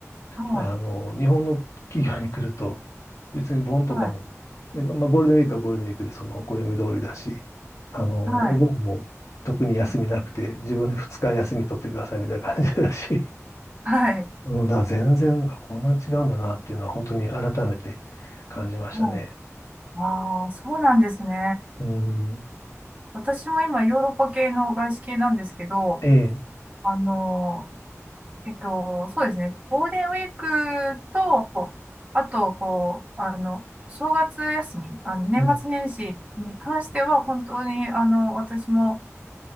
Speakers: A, on the right; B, on the left.
A: はい、
B: あの、日本の企業に来ると、別に盆とかも、
A: はい、
B: で、まあ、ゴールデンウィークはゴールデンウィークでその暦通りだし、あの、
A: はい、
B: お盆も特に休みなくて、自分で2日休み取ってくださいみたいな感じだし、
A: はい、
B: <laughs> うん、だから全然、あこんなに違うんだなっていうのは本当に改めて感じましたね。
A: はい。ああ、そうなんですね。
B: うん、
A: 私も今ヨーロッパ系の外資系なんですけど、
B: ええ、
A: あの、えっと、そうですね。ゴールデンウィークと、あと、こう、あの、正月休み、あの、年末年始に関しては、
B: うん、
A: 本当に、あの、私も、